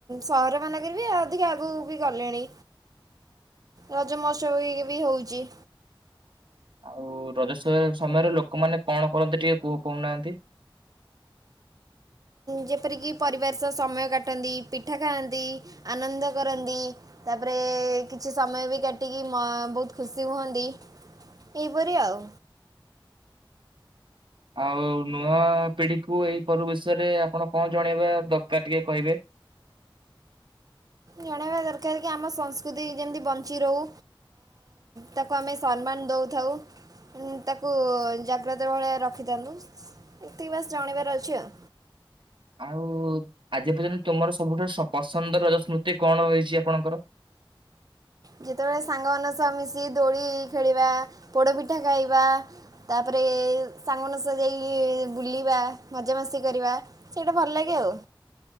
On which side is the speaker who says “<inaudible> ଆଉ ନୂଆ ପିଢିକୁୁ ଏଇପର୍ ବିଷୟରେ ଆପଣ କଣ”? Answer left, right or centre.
Right